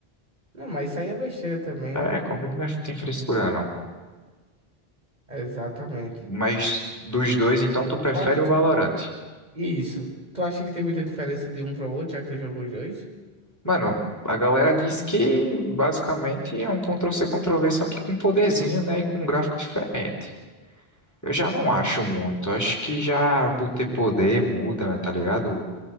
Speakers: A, on the right (about 40°); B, on the left (about 15°).
A: Não, mas isso aí é besteira também,
B: É,
A: né?
B: comigo não é- tem frescura, não.
A: Exatamente.
B: Mas dos dois, então tu prefere
A: Qual,
B: o Valorant?
A: isso. Tu acha que tem muita diferença de um para o outro, já que tu jogou os dois?
B: Mano, a galera diz que basicamente é um Ctrl-C, Ctrl-V, só que com poderzinho, né? E com um gráfico diferente. Eu já não
A: Hum,
B: acho muito. Acho que já por ter poder muda, tá ligado?